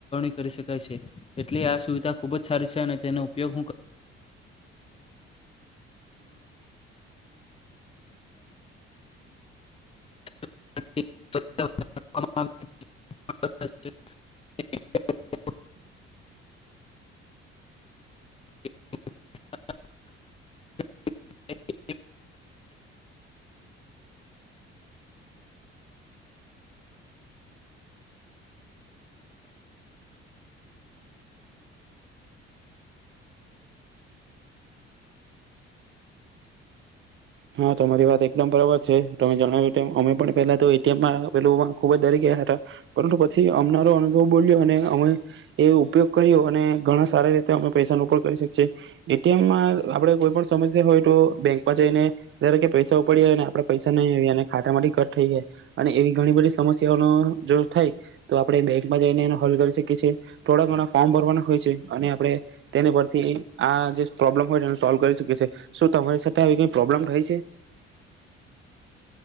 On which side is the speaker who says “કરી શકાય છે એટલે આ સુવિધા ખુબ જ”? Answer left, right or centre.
Left